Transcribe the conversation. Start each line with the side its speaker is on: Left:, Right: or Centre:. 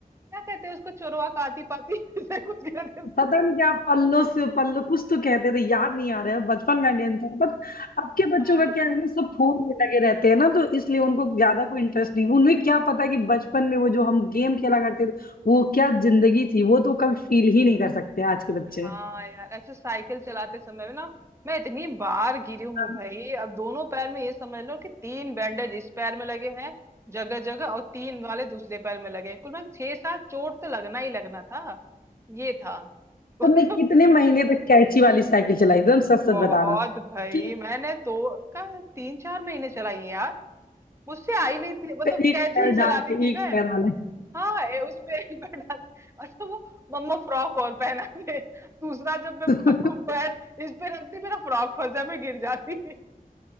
Right: क्या कहते हैं उसको चोरवा का आती पाती <laughs> ऐसे कुछ कहते हैं
Left: पता नहीं क्या आप पल्लो से पल्लो कुछ तो कहते थे याद नहीं आ रहा है बचपन का गेम था बट अब के बच्चों
Right: हाँ
Left: का क्या है ना सब फोन में लगे रहते हैं ना तो इसलिए उनको ज्यादा कोई इंटरेस्ट नहीं उन्हें क्या पता कि बचपन में वो जो हम गेम खेला करते थे वो क्या जिंदगी थी वो तो कभी फील ही नहीं कर सकते आज के बच्चे
Right: हाँ यार अच्छा साइकिल चलाते समय ना मैं इतनी बार गिरी हूँ
Left: हाँ।
Right: भाई अब दोनों पैर में ये समझ लो कि तीन बैंडेज इस पैर में लगे हैं जगह जगह और तीन वाले दूसरे पैर में लगे हैं कुल मैं छह सात चोट तो लगना ही लगना था ये था <laughs> मतलब
Left: तुमने कितने महीने तक कैची वाली साइकिल चलाई एकदम सच सच
Right: बहुत
Left: बताना
Right: भाई
Left: कि
Right: मैंने तो का तीन चार महीने चलाई है यार मुझसे आई नहीं थी मतलब
Left: एक
Right: कैची
Left: पैर
Right: ही
Left: डाल
Right: चलाती
Left: के
Right: थी
Left: एक
Right: मैं
Left: पैर वाला
Right: हाँ ये उसमें एक बार डाल अच्छा वो मम्मा फ्रॉक और पहना दे दूसरा जब मैं
Left: <laughs> हाँ
Right: प- पैर इस पे रखती मेरा फ्रॉक फंस जाए मैं गिर जाती